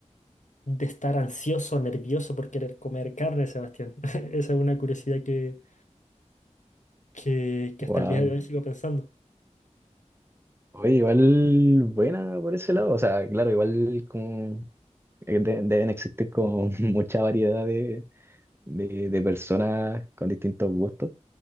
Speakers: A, on the left; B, on the right.
A: de estar ansioso, nervioso por querer comer carne, Sebastián. <laughs> Esa es una curiosidad que, que, que hasta
B: Wow.
A: el día de hoy sigo pensando.
B: Oye, igual buena por ese lado. O sea, claro, igual como eh, de- deben existir como <laughs> mucha variedad de, de, de personas con distintos gustos.